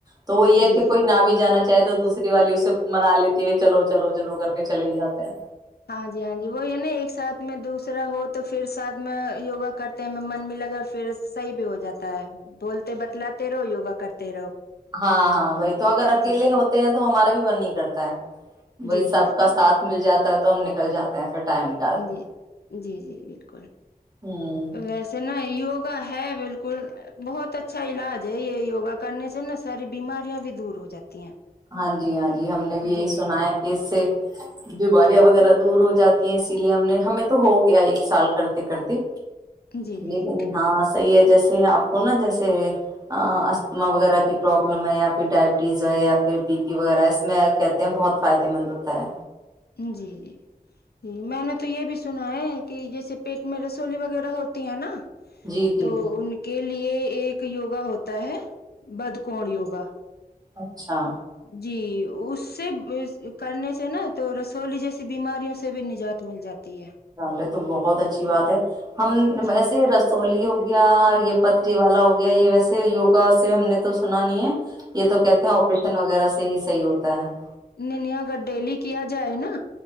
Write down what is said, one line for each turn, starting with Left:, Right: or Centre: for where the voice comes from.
Right: تو وہ یہ ہے
Left: جی
Right: کہ <inaudible> بھی جانا چاہے تو دوسری والی اسے منا لیتی ہے کہ چلو چلو چلو کر کے چلے ہی جات ہیں
Left: ہاں جی ہاں جی وہ یہ نا ایک ساتھ میں دوسرا ہو تو پھر ساتھ میں یوگا کرتے میں من بھی لگا اور پھر صحیح بھی ہو جاتا ہے بولتے بتلاتے رہو یوگا کرتے رہو
Right: ہاں ہاں وہی تو اگر اکیلے
Left: جی جی
Right: ہوتے ہیں تو ہمارا بھی من نہیں کرتا ہے وہی
Left: جی
Right: سب
Left: بالکل
Right: کا ساتھ مل جاتا ہے تو ہم نکل جاتے ہیں پھر ٹائم نکال
Left: جی
Right: کے
Left: جی جی بالکل
Right: ہوں
Left: ویسے نہ یوگا ہے بالکل بہت اچھا علاج ہے یہ یوگا کرنے سے نا ساری بیماریاں بھی دور ہو جاتی ہیں
Right: ہاں جی ہاں جی ہم نے بھی یہی
Left: جی
Right: سنا
Left: جی
Right: ہے کہ اس سے بیماریاں وغیرہ دور ہو جاتی ہیں اسی لیے ہم نے ہمیں تو ہو گیا ایک سال کرتے کرتے
Left: جی جی
Right: لیکن ہاں تو یہ جیسے آپ کو نا جیسے آتھما وغیرہ کی پروابلم ہے یا پھر ڈائبٹیز ہے یا پھر بی پی وغیرہ اس میں کہتے ہیں بہت فائدے مند ہوتا ہے
Left: جی جی جی میں نے تو یہ بھی سنا ہے کہ جیسے <inaudible> پیٹ میں رسولی وغیرہ ہوتی ہے نا
Right: جی جی
Left: تو ان کے لیے ایک یوگا ہوتا ہے بد کون یوگا
Right: اچھا
Left: جی اس سے کرنے سے نا تو رسولی جیسی بیماریوں سے بھی نجات مل جاتی ہے
Right: ج <inaudible> تو بہت اچھی بات ہے ہم
Left: جی
Right: ویسے رسولی ہو گیا یہ پتری والا ہو گیا گیا یہ ویسے یوگا سے ہم نے تو سنا نہیں ہے یہ تو کہتے ہیں آپریشن وغیرہ سے سے ہی صحیح ہوتا ہے <inaudible>
Left: ن نے اگر ڈیلی کیا جائے نا